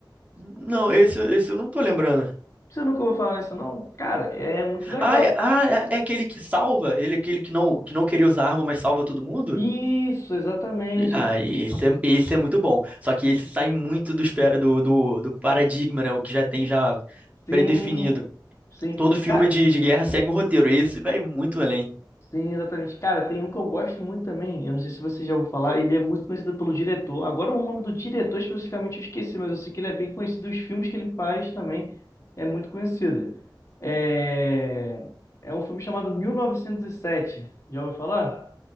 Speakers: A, on the right (about 20°); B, on the left (about 40°).
A: Não, esse, esse eu não tô lembrando.
B: Você nunca ouviu falar isso, não? Cara, é muito legal.
A: Ah, é, ah, é é aquele que salva? Ele é aquele que não, que não queria usar arma, mas salva todo mundo?
B: Isso, exatamente.
A: Ah, isso é, isso é muito bom. Só que esse sai muito do, espera, do, do, do paradigma, né? O que já tem já
B: Sim,
A: predefinido.
B: sim.
A: Todo filme
B: Cara,
A: de, de guerra segue um roteiro. Esse vai muito além.
B: sim, exatamente. Cara, tem um que eu gosto muito também. Eu não sei se você já ouviu falar. Ele é muito conhecido pelo diretor. Agora, o nome do diretor especificamente eu esqueci, mas eu sei que ele é bem conhecido. Os filmes que ele faz também é muito conhecido. É, é um filme chamado 1907. Já ouviu falar?